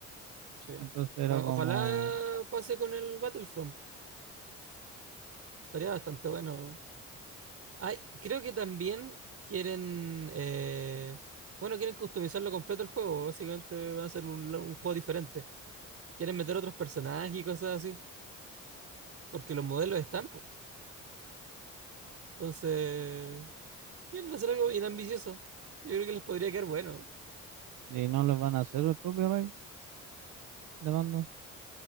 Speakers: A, on the right; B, on the right.
A: Sí.
B: Entonces era
A: Bueno,
B: como.
A: ojalá pase con el Battlefront. Estaría bastante bueno. Ay, creo que también quieren, eh, bueno, quieren customizarlo completo el juego. Básicamente va a ser un, un juego diferente. Quieren meter otros personajes y cosas así, porque los modelos están, po. Entonces, quieren hacer algo bien ambicioso. Yo creo que les podría quedar bueno.
B: Y no les van a hacer el copyright demanda.